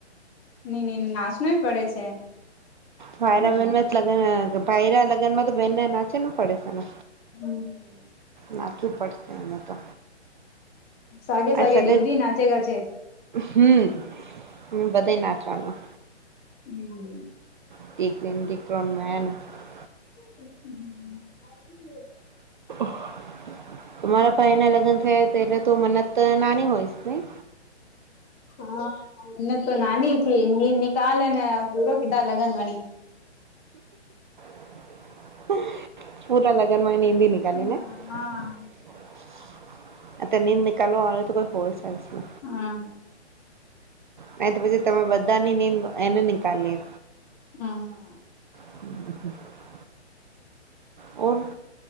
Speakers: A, on the left; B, on the right.
A: <inaudible> છે
B: માયરા
A: હમ
B: બેન <inaudible> ભાઈના લગનમાં તો બેનને નાચુ જ પડે છે ને
A: હમ
B: નાચવું પડશે એને તો
A: સાગે
B: આ
A: સાગે
B: સગા
A: ડિગ્રી નાચે ગાચે
B: હમ હ બધાય નાચવાનું.
A: હમ
B: <unintelligible>
A: <inaudible>
B: <inaudible> તમારા ભાઈ ના લગ્ન થયા હતા એટલે તું મન્નત નાની હોય શ ની?
A: હા મનત તો નાની થીની નિકાલ અને પૂરો કીધાર લગન વણી
B: <inaudible> પૂરા લગ્નમાં
A: હા
B: એ <inaudible> એ તે નિમ નિકાલ <inaudible>
A: હા
B: નહી તો પછી તમે બધા ની નીંદ એને નિકાલ લી
A: હા હા
B: <inaudible> ઓર